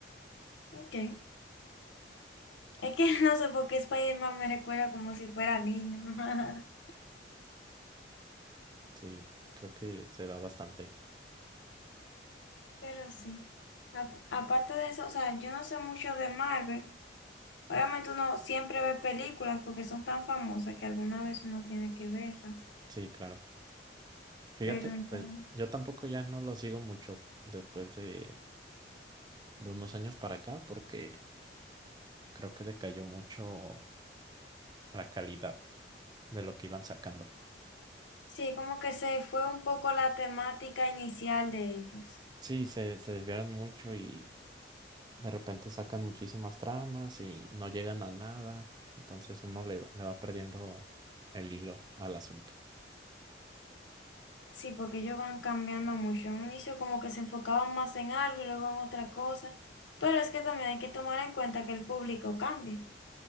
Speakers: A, on the left (about 80°); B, on the right (about 20°).
A: Ok. Es que <laughs> no sé por qué Spider-Man me recuerda como si fuera niño. <laughs>
B: Sí, creo que se da bastante.
A: Pero sí. A- aparte de eso, o sea, yo no sé mucho de Marvel. Obviamente uno siempre ve películas porque son tan famosas que alguna vez uno tiene que verlas.
B: Sí, claro. Fíjate,
A: Pero no.
B: pues yo tampoco ya no lo sigo mucho después de, de unos años para acá, porque creo que decayó mucho la calidad de lo que iban sacando.
A: Sí, como que se fue un poco la temática inicial de ellos.
B: Sí, se, se desviaron mucho y De repente sacan muchísimas tramas y no llegan a nada. Entonces uno le, le va perdiendo el hilo al asunto.
A: Sí, porque ellos van cambiando mucho. En un inicio como que se enfocaban más en algo y luego en otra cosa. Pero es que también hay que tomar en cuenta que el público cambia.